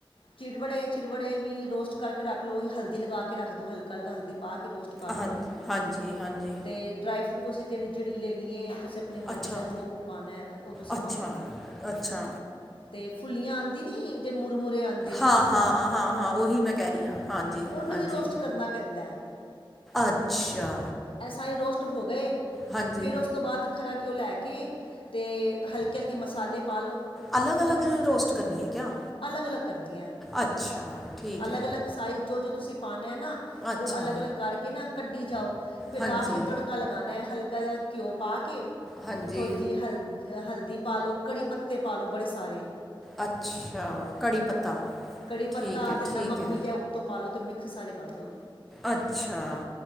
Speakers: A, on the left (about 75°); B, in the centre.
A: ਚਿੜਵੜੇ ਚਿੜਵੜੇ ਵੀ ਰੋਸਟ ਕਰਕੇ ਰੱਖ ਲਓ ਹਲਦੀ ਲਗਾ ਕੇ ਰੱਖ ਦੋ ਹਲਕਾ ਹਲਕਾ ਹਲਦੀ ਪਾ ਕੇ ਰੋਸਟ ਕਰ
B: ਹਾਂ
A: ਲੋ
B: ਹਾਂਜੀ ਹਾਂਜੀ
A: ਤੇ ਡਰਾਈ ਫਰੂਟ ਤੁਸੀਂ ਤੇਹੜੀ ਜਿਹੜੀ ਲੈਨੀ ਏ ਤੁਸੀਂ ਅਪਨੀ ਮਰਜ਼ੀ
B: ਅੱਛਾ
A: ਦਾ ਜੋ ਪਾਨਾ ਉਹ ਤੁਸੀਂ
B: ਅੱਛਾ
A: ਪਾ ਲਓ।
B: ਅੱਛਾ
A: ਤੇ ਫੁੱਲੀਆਂ ਆਂਦੀ ਨੀ ਜੇ ਮੁਰਮੁਰੇ ਆਂਦੇ ਨੇ
B: ਹਾਂ ਹਾਂ ਹਾਂ ਹਾਂ ਉਹੀ ਮੈਂ ਕਹਿ ਰਹੀ ਹਾਂ ਹਾਂਜੀ
A: ਉਹਨੂੰ
B: ਹਾਂਜੀ
A: ਵੀ ਰੋਸਟ ਕਰਨਾ ਪੈਂਦਾ।
B: ਅੱਛਾ।
A: ਇਹ ਸਾਰੇ ਰੋਸਟ ਹੋ ਗਏ
B: ਹਾਂਜੀ
A: ਫਿਰ ਉਸ ਤੋਂ ਬਾਅਦ ਖਰਾ ਘਿਓਂ ਲੈ ਕੇ ਤੇ ਹਲਕੇ ਹਲਕੇ ਮਸਾਲੇ ਪਾ ਲਓ।
B: ਅਲੱਗ ਅਲਗ ਰੋਸਟ ਕਰਨੀ ਐ ਕਿਆ
A: ਅਲੱਗ ਅਲੱਗ ਕਰਨੀ ਐ
B: ਅੱਛਾ ਠੀਕ
A: ਅਲੱਗ
B: ਹੈ
A: ਅਲੱਗ ਸਾਈਜ਼ ਜੋ ਜੋ ਤੁਸੀਂ ਪਾਨਾ ਐ ਨਾ
B: ਅੱਛਾ
A: ਉਹ ਅਲੱਗ ਅਲੱਗ ਕਰਕੇ ਨਾ ਕੱਢੀ ਜਾਓ। ਫਿਰ
B: ਹਾਂਜੀ
A: ਲਾਸਟ ਇਚ ਤੜਕਾ ਲਗਾਨਾ ਹਲਕਾ ਜਿਹਾ ਘਿਉ ਪਾ ਕੇ
B: ਹਾਂਜੀ
A: ਥੋੜ੍ਹੀ ਜਿਹੀ ਹਲ ਅ ਹਲਦੀ ਪਾ ਲੋ, ਕੜੀ ਪੱਤੇ ਪਾ ਲੋ ਬੜੇ ਸਾਰੇ।
B: ਅੱਛਾ! ਕੜੀ ਪੱਤਾ।
A: ਕੜੀ ਪੱਤਾ
B: ਠੀਕ ਹੈ
A: ਤੇ ਨਮਕ
B: ਠੀਕ ਹੈ
A: ਮਿਰਚ ਐ ਉੱਤੋਂ ਪਾ ਲਉ ਤੇ ਮਿਕਸ ਸਾਰੇ ਕਰ ਲੋ।
B: ਅੱਛਾ,